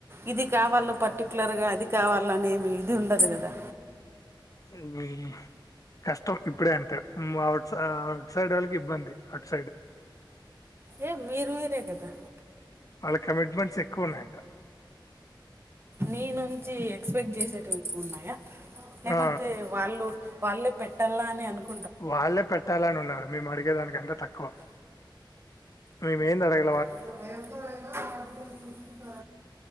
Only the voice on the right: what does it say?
ఇది కావాల పర్టిక్యులర్ గా అది కావాలనేమి ఇది ఉండదు కదా
ఏ మీరు మీరే కదా
నీ నుంచి ఎక్స్పెక్ట్ చేసేటటివి ఎక్కువున్నాయా లేపోతే
వాళ్ళు వాళ్ళే పెట్టాలా అని అనుకు
ఇట్లో భయంతోనైనా హపిటల్ చూసుకుంట